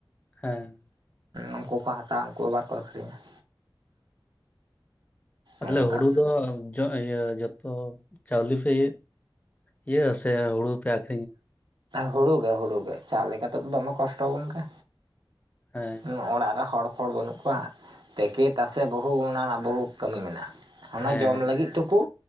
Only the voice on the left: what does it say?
ᱦᱮᱸ
ᱟᱫ
ᱛᱟᱦᱚᱞᱮ ᱦᱩᱲᱩ ᱫᱚ ᱤᱭᱟᱹ ᱡᱚᱛᱚ ᱪᱟᱣᱞᱮ ᱯᱮ ᱤᱭᱟᱹ ᱥᱮ ᱦᱩᱲᱩ ᱯᱮ ᱟᱹᱠᱷᱨᱤ
ᱦᱮᱸ
ᱦᱮᱸ